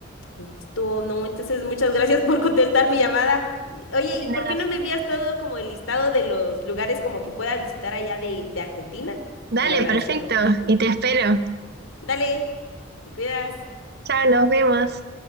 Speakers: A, on the left; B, on the right.
A: Listo, no, entonces muchas gracias por contestar mi llamada. Y- Oye,
B: De
A: ¿y por
B: nada.
A: qué no me envías todo como el listado de los lugares como que pueda visitar allá de, de Argentina?
B: Dale,
A: Te lo agradecería
B: perfecto.
A: mucho.
B: Y te espero.
A: Dale, te cuidas.
B: Chao, nos vemos.